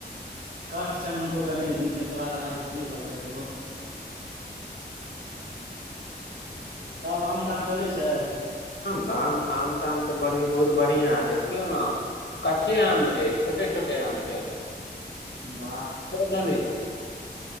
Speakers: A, on the right (about 70°); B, on the left (about 85°).
A: कष्ट छनि हुनको कनिए दिन तकर बाद अहाँके फ्री भऽ जेतैथि ओहो। तब आम ताम चलै छै।
B: आम, आम- ताम तऽ बढ़ बहुत बढ़िआँ देखियौ ने कच्चे आम छै छोटे छोटे आम छै।
A: वाह
B: नान छै। जे।